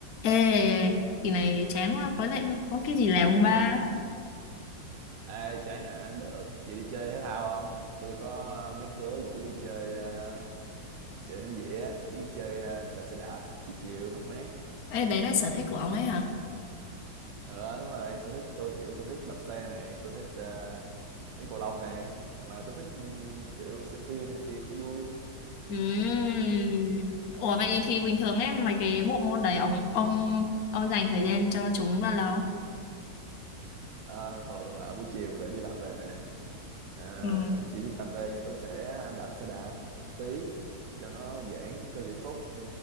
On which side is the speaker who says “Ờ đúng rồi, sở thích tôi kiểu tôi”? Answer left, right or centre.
Right